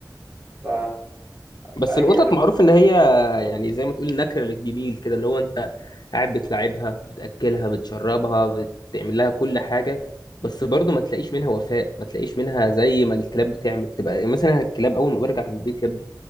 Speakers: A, on the right; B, on the left.
A: ف
B: بس
A: فاجي
B: القطط
A: أرب...
B: معروف ان هي يعني زي ما تقول نكر للجميل كده اللي هو انت قاعد بتلاعبها بتاكلها بتشربها بتعمل لها كل حاجه بس برضه ما تلاقيش منها وفاء ما تلاقيش منها زي ما الكلاب بتعمل تبقى مثلا الكلاب اول ما برجع من البيت يا ابني